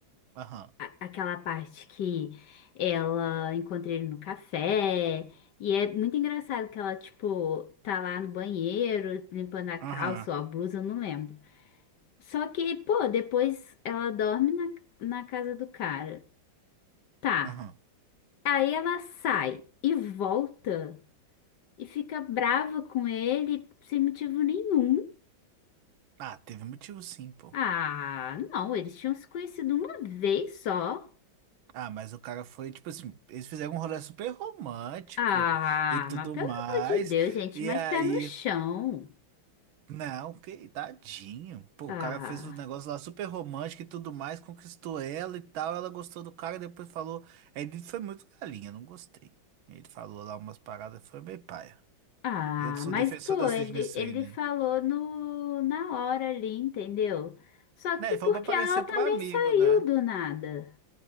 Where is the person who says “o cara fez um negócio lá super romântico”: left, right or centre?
Right